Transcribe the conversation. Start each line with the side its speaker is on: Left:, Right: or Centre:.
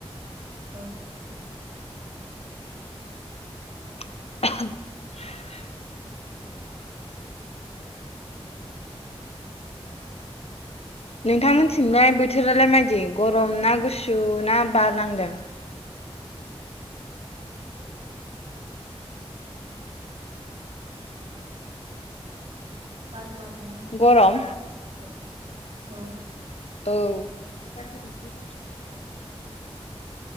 Right: औ
Left: <inaudible> नोंथांमोनथिंलाय बोथोरालाय मायदि गरम ना गुसु ना बारनांदों
Right: बार बारदोंनाय
Left: गरम
Right: एसे औ
Left: औ